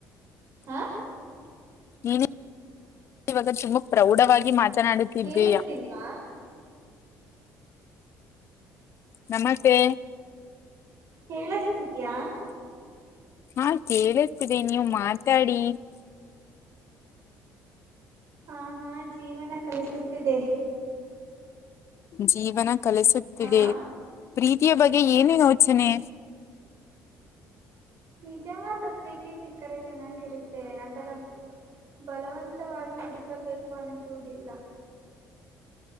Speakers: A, on the right; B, on the left.
A: ಹಾ.
B: ನೀ ಇವಾಗ ತುಂಬಾ ಪ್ರೌಡ್. ಮಾತನಾಡುತ್ತಿದ್ದೀಯಾ.
A: ಕೇಳಿಸ್ತಿಲ್ವಾ
B: ನಮಸ್ತೆ.
A: ಹೇಳಸ್ತುತ್ಯಾ.
B: ಹಾ ಕೇಳತರಿ ನೀವು್ ಮಾತಾಡಿ.
A: ಹಾ ಹಾ ಜೀವನ ಕಲಿಸುತ್ತಿದೆ.
B: ಜೀವನ. ಕಲಿಸುತ್ತಿದೆ.
A: ಹಾ
B: ಪ್ರೀತಿಯ ಬಗ್ಗೆ ಏನೇನು ಯೋಚನೆ.
A: ನಿಜವಾದ ಪ್ರೀತಿ ಸಿಕ್ಕರೆ ಚೆನ್ನಾಗಿರುತ್ತೆ ಅದರ ಬಲವಂತವಾಗಿ ಹುಡುಕಬೇಕು ಅನಿಸುವುದಿಲ್ಲ